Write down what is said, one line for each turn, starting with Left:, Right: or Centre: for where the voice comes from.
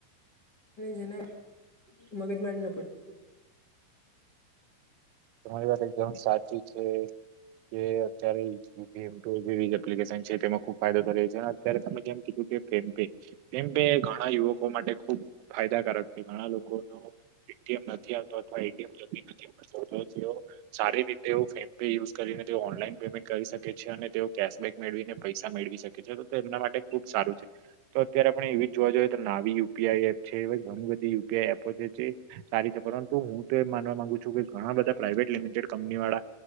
Left: જેના મગજ મારી ના પડે
Right: તમારી વાત એકદમ સાચી છે કે અત્યારે જેવી એપ્લિકેશન છે તેમાં ખુબ ફાયદો થઈ રહ છે અને અત તમે જેમ કે ફોનપે ફોનપે ઘણા યુવકો માટે ખુબ ફાયદાકારક છે ઘણા લોકો નો એ ટી એમ નથી આવતો અથવા એ ટી એમ નથી મળતો તો તેઓ સારી રીતે ફોન પે યુઝ કરીને તે ઓનલાઈન પેમેન્ટ કરી શકે છે અને તેઓ કેશબેક મેળવીને પૈસા મેળવી શકે છે તો એમના માટે ખુબ સારું છે તો અત્યારે આપણે એવી જોવા જોઈએ તો નાવીય યુપીઆઈ એપ છે એવી ઘણી બધી યુપીઆઈ એપો છે જે સારી છે પરંતુ હું તો એમ માનવા માંગુ છું કે ઘણા બધા પ્રાઇવેટ લિમિટેડ કંપની વાળા